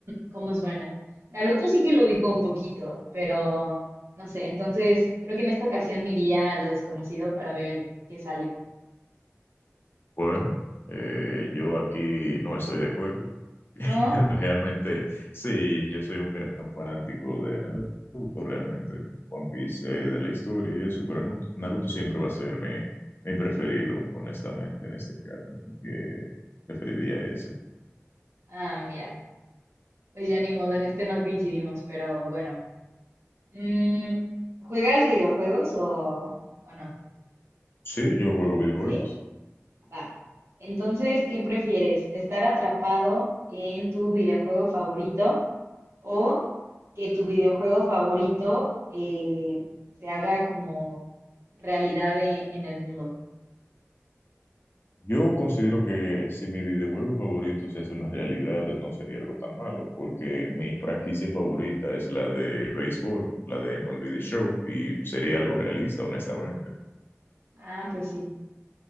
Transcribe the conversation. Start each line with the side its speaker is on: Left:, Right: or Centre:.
Right: cómo suena. Naruto sí que lo ubico un poquito, pero no sé, entonces creo que en esta ocasión me iría a lo desconocido para ver qué sale.
Left: Bueno, eh, yo aquí no estoy de acuerdo. <laughs>
Right: ¿No?
Left: Realmente, sí, yo soy un gran fanático de Naruto, realmente. One Piece, eh, de la historia y eso, pero Naru- Naruto siempre va a ser mi, mi preferido, honestamente, en este caso. Así que preferiría ese.
Right: Ah, mira, pues ya ni modo, en este no coincidimos, pero bueno. Mm, ¿juegas videojuegos o, o no?
Left: Sí, yo juego videojuegos.
Right: ¿Sí? Va. Entonces, ¿qué prefieres? ¿Estar atrapado en tu videojuego favorito o que tu videojuego favorito eh, se haga como realidad e- en el mundo?
Left: Yo considero que si mi videojuego favorito se hace una realidad, no sería algo tan malo, porque mi franquicia favorita es la de béisbol, la de MLB The Show, y sería algo realista, honestamente.
Right: Ah, pues sí.